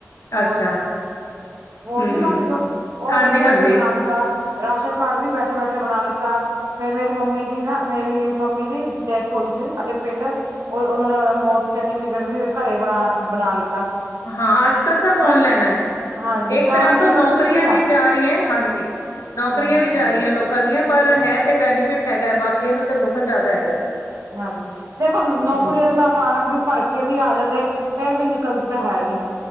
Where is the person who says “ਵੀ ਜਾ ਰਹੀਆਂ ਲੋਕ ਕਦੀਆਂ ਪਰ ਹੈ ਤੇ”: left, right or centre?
Left